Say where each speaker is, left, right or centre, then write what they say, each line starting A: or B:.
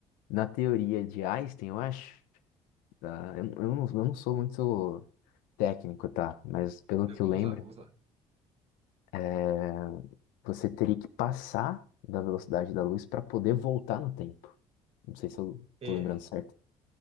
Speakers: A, on the left; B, on the right.
A: na teoria de Einstein, eu acho. Tá, eu, eu não, eu não sou muito técnico, tá? Mas pelo
B: Não,
A: que
B: vamos
A: eu lembro,
B: lá, vamos lá.
A: é, você teria que passar da velocidade da luz para poder voltar no tempo. Não sei se eu
B: É,
A: tô lembrando certo.